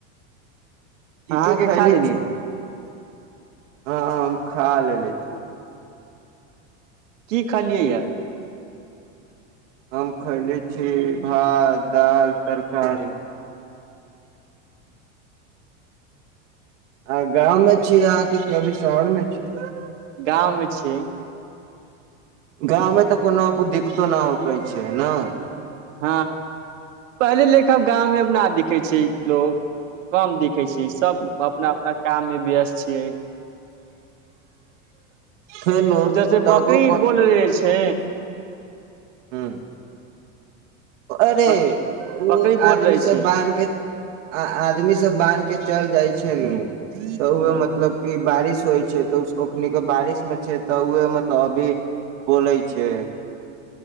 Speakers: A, on the right; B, on the right.
A: अहाँके
B: ई की खैले
A: खा लेलियै
B: छी। हँ हम खा लेले छी।
A: की खलियै यए।
B: हम खयले छी भात, दाइल, तरकारी। आ गाँम में म छीयै अहाँके की अभी शहरमे छीयै।
A: गाम में मे छी।
B: गाँवमे तऽ कोनो दिक्कतो नहि होकै छै न।
A: हँ पहले ल आब गाम में ना दिखे छै लोग कम दि। कि सी सब अपना अपना काम मे व्यस्त छियै।
B: फेनु
A: उधरसे
B: तबो
A: बकरी बोल रहे छै।
B: हुं। अरे
A: बक,
B: ओ
A: बकरी बोल
B: आदमी
A: रहे
B: सब
A: छै
B: बान्ह के। आ आदमी सब बान्हके चल जाइ छै ने। तऽ ओह
A: हँ
B: मतलब की बारिश। होइ छै तऽ ओखन के बारिश। से तऽ उह मतलब अभी बोलै छै